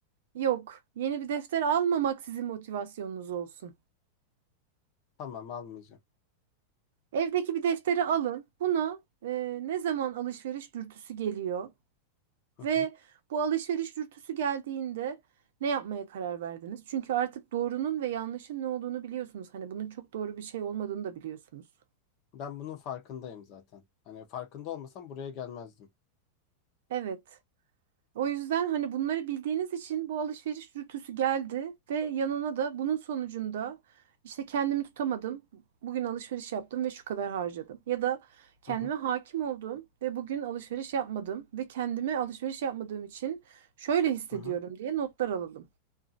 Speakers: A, on the right; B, on the left.
A: Yok, yeni bir defter almamak sizin motivasyonunuz olsun.
B: Tamam almayacağım.
A: Evdeki bir defteri alın. Buna e, ne zaman alışveriş dürtüsü geliyor?
B: Hı hı.
A: Ve bu alışveriş dürtüsü geldiğinde ne yapmaya karar verdiniz? Çünkü artık doğrunun ve yanlışın ne olduğunu biliyorsunuz. Hani bunun çok doğru bir şey olmadığını da biliyorsunuz.
B: Ben bunun farkındayım zaten. Hani farkında olmasam buraya gelmezdim.
A: Evet. O yüzden hani bunları bildiğiniz için bu alışveriş dürtüsü geldi ve yanına da bunun sonucunda işte kendimi tutamadım. Bugün alışveriş yaptım ve şu kadar harcadım. Ya da kendime
B: Hı hı,
A: hakim oldum ve bugün alışveriş yapmadım ve kendime alışveriş yapmadığım için şöyle hissediyorum
B: hı hı,
A: diye notlar alalım.